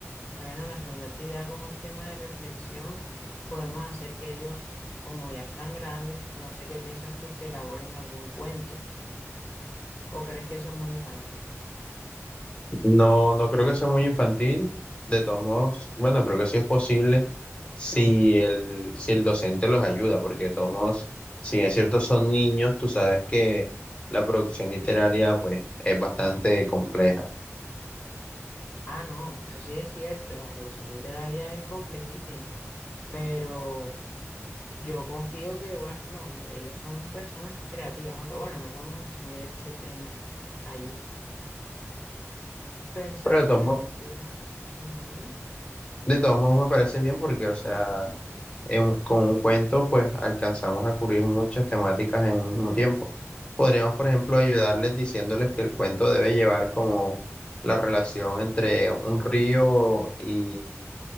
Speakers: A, on the left; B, on the left.
A: Bueno, la segunda actividad, como es tema de reflexión, podemos hacer que ellos, como ya están grandes, no sé qué piensas tú, que elaboren algún cuento o crees que eso es muy infantil.
B: no, no creo que sea muy infantil, de todos modos, bueno, creo que sí es posible si el, si el docente los ayuda, porque de todos modos, si bien es cierto son niños, tú sabes que la producción literaria pues es bastante compleja.
A: Ah, no, eso sí es cierto, la producción literaria es complejísima, pero yo confío que, bueno, ellos son personas creativas, aunque bueno, no podemos asumir ese tema allí. Pensar,
B: Pero de todos
A: por ejemplo,
B: modos,
A: ujú,
B: de todos modos me parece bien porque, o sea, en- con un cuento, pues alcanzamos a cubrir muchas temáticas en un mismo tiempo. Podríamos, por ejemplo, ayudarles diciéndoles que el cuento debe llevar como la relación entre un río y,